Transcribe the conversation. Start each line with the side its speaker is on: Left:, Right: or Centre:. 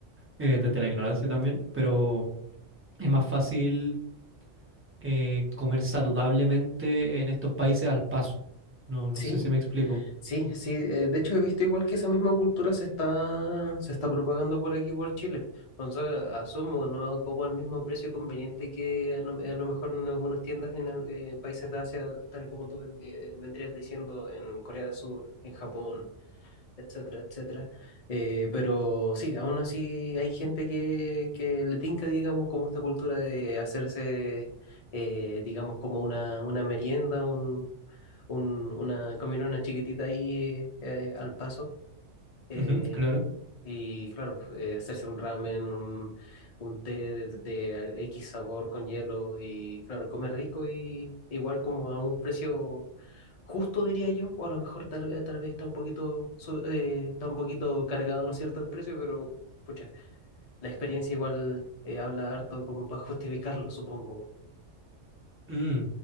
Right: eh, desde la ignorancia también, pero es más fácil eh, comer saludablemente en estos países al paso. No, no
Left: Sí,
Right: sé si me explico.
Left: Sí, sí, eh, de hecho he visto igual que esa misma cultura se está, se está propagando por aquí, por Chile. Entonces, asumo, no como al mismo precio conveniente que a lo, a lo mejor en algunas tiendas en, el- en países de Asia, tal como tú vendi- eh, vendrías diciendo en Corea del Sur, en Japón, etcétera, etcétera. Eh, pero sí, aún así hay gente que, que le tinca, digamos, como esta cultura de hacerse, eh, digamos, como una, una merienda, un- una comilona chiquitita ahí eh, eh, al paso. eh,
Right: Ujú, claro.
Left: y claro, eh, hacerse un ramen, un, un té de, de al- X sabor con hielo y claro, comer rico y igual como a un precio justo, diría yo, o a lo mejor tal, eh, tal vez está un poquito, so- eh, está un poquito cargado, ¿no es cierto?, el precio, pero pucha, la experiencia igual eh, habla harto como para justificarlo, supongo.
Right: Mm,